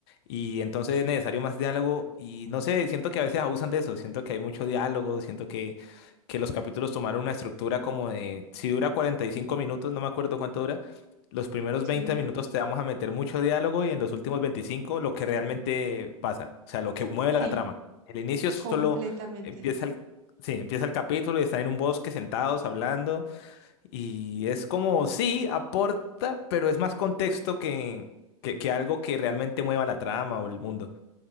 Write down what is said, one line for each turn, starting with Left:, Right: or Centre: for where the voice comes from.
Left: Y entonces es necesario más diálogo y no sé, siento que a veces abusan de eso, siento que hay mucho diálogo, siento que, que los capítulos tomaron una estructura como de, si dura 45 minutos, no me acuerdo cuánto dura, los primeros
Right: Sí,
Left: 20 minutos te vamos a meter mucho diálogo y en los últimos 25 lo que realmente pasa, o sea, lo que mueve la
Right: sí,
Left: trama. El inicio solo
Right: completamente.
Left: empieza, Sí, empieza el capítulo y están en un bosque sentados hablando y es como, sí, aporta, pero es más contexto que, que, que algo que realmente mueva la trama o el mundo.